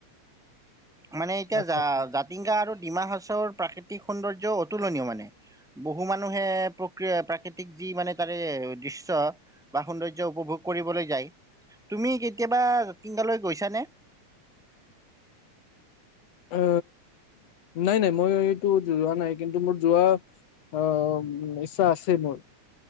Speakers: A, in the centre; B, on the left.
A: <unintelligible> এতিয়া
B: আচ্ছা
A: জা-জাতিংগা
B: আচ্ছা।
A: আৰু ডিমাহাছাওৰ প্ৰাকৃতিক সৌন্দৰ্য্য অতুলনীয় মানে, বহু মানুহে প্ৰক-প্ৰাকৃতিক যি মানে তাৰে দৃশ্য, বা সৌন্দৰ্য উপভোগ কৰিবলৈ যায়, তুমি কেতিয়াবা জাতিংগালৈ গৈছা নে?
B: অ, নাই-নাই মই এইটো যোৱা নাই, কিন্তু মোৰ যোৱাৰ আ, ইচ্ছা আছে মোৰ।